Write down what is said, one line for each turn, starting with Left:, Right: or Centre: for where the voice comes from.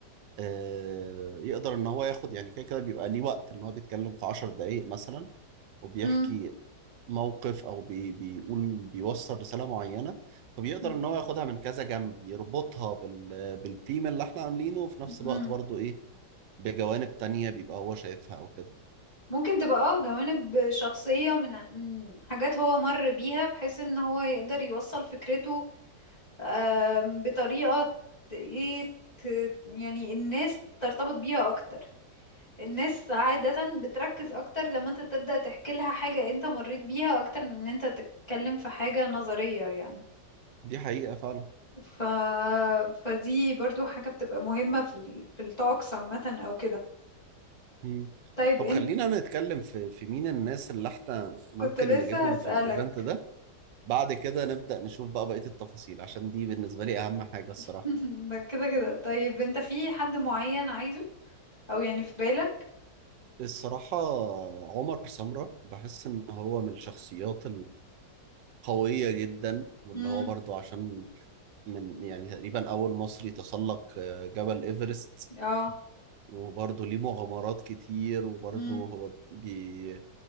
Right: آه، يقدر ان هو ياخد يعني كده كده بيبقى ليه وقت ان هو بيتكلم في عشر دقايق مثلا وبيحكي
Left: مم،
Right: موقف او بي بيقول بيوصل رسالة معينة فبيقدر
Left: مم،
Right: ان هو ياخدها من كذا جنب يربطها بال بالثيم اللي احنا عاملينه وفي نفس
Left: مم.
Right: الوقت برضو ايه بجوانب تانية بيبقى هو شايفها او كده
Left: ممكن تبقى اه جوانب شخصية من من حاجات هو مر بيها بحيث ان هو يقدر يوصل فكرته آم، بطريقة ت- ايه ت- يعني الناس ترتبط بيها اكتر الناس عادة بتركز اكتر لما انت تبدأ تحكي لها حاجة انت مريت بيها اكتر من ان انت تتكلم في حاجة نظرية يعني
Right: دي حقيقة فعلا
Left: ف... فدي برضو حاجة بتبقى مهمة في ال... في التوكس عامة او كده
Right: مم.
Left: طيب
Right: طب
Left: انت
Right: خلينا نتكلم في في مين الناس اللي احنا ممكن
Left: كنت لسه
Right: نجيبهم
Left: هسألك
Right: في الايفنت ده بعد كده نبدأ نشوف بقى بقية التفاصيل عشان دي بالنسبة لي اهم حاجة الصراحة
Left: <laughs> ده كده كده طيب انت في حد معين عايزه او يعني في بالك
Right: الصراحة عمر سمرة بحس إن هو من الشخصيات القوية جدا واللي
Left: امم
Right: هو برضو عشان من يعني تقريبا أول مصري تسلق آه، جبل إيفرست
Left: اه
Right: وبرضه ليه مغامرات كتير وبرضه
Left: امم
Right: هو بي